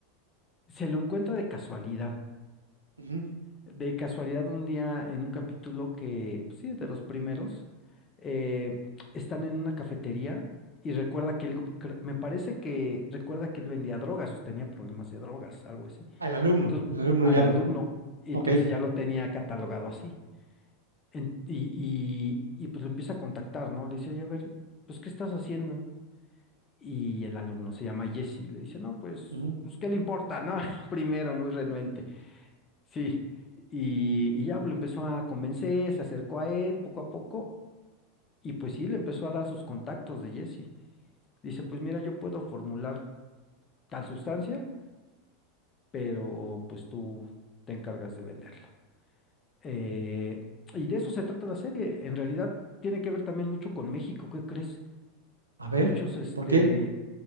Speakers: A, on the left; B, on the right.
A: se lo encuentra de casualidad
B: Ujú.
A: De casualidad, un día en un capítulo que, pues sí, de los primeros, eh, están en una cafetería y recuerda que él, cre- me parece que recuerda que él vendía drogas o tenía problemas de drogas, algo así.
B: Ah, El alumno,
A: Entonces,
B: el alumno
A: al
B: ya
A: alumno,
B: lo,
A: y
B: ok.
A: entonces ya lo tenía catalogado así. En- y, y, y pues lo empieza a contactar, ¿no? Le dice, oye, a ver, pues, ¿qué estás haciendo? Y el alumno se llama Jesse, le dice, no, pues,
B: Ujú.
A: pues, ¿qué le importa, no? <laughs> Primero, muy renuente. Sí, y, y ya pues, lo empezó a convencer, se acercó a él poco a poco, y pues sí, le empezó a dar sus contactos de Jesse. Dice, pues mira, yo puedo formular tal sustancia, pero pues tú te encargas de venderla. Eh, y de eso se trata la serie. En realidad tiene que ver también mucho con México, ¿qué crees?
B: A ver,
A: Muchos, este,
B: ¿por qué?